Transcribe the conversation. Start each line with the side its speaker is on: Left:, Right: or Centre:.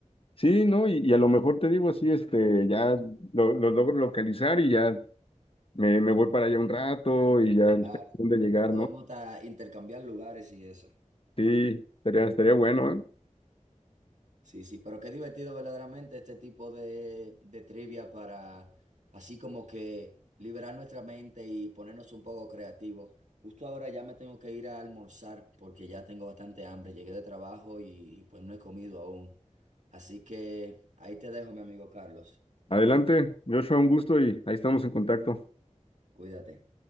Left: Sí, ¿no? Y, y a lo mejor te digo así, este, ya lo, lo logro localizar y ya Me, me voy para allá un rato y ya tengo
Right: Claro,
Left: de llegar,
Right: podemos
Left: ¿no?
Right: hasta intercambiar lugares y eso.
Left: Sí, estaría, estaría bueno, ¿eh?
Right: Sí, sí, pero qué divertido verdaderamente este tipo de, de trivia para así como que liberar nuestra mente y ponernos un poco creativos. Justo ahora ya me tengo que ir a almorzar porque ya tengo bastante hambre. Llegué de trabajo y y, pues no he comido aún. Así que ahí te dejo, mi amigo Carlos.
Left: Adelante, Joshua, un gusto y ahí estamos en contacto.
Right: Cuídate.